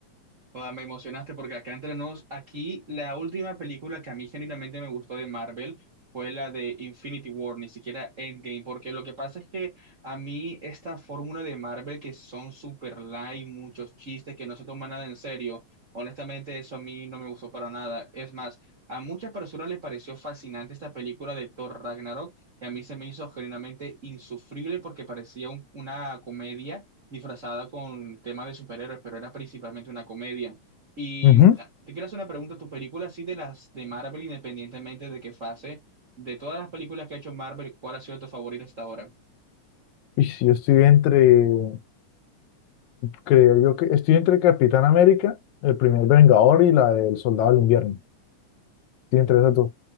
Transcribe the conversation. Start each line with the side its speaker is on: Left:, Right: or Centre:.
Right: Joda, me emocionaste porque acá entre nos, aquí la última película que a mí genuinamente me gustó de Marvel fue la de Infinity War, ni siquiera Endgame, porque lo que pasa es que a mí esta fórmula de Marvel que son super light, muchos chistes que no se toman nada en serio, honestamente eso a mí no me gustó para nada. Es más, a muchas personas les pareció fascinante esta película de Thor Ragnarok y a mí se me hizo genuinamente insufrible porque parecía un- una comedia disfrazada con temas de superhéroes, pero era principalmente una comedia. Y
Left: Ujú.
Right: ah, te quiero hacer una pregunta, ¿tu película así de las de Marvel, independientemente de qué fase, de todas las películas que ha hecho Marvel, cuál ha sido tu favorita hasta ahora?
Left: Y si yo estoy entre, creo yo que estoy entre Capitán América, el primer Vengador y la del Soldado del Invierno. Estoy entre esas dos.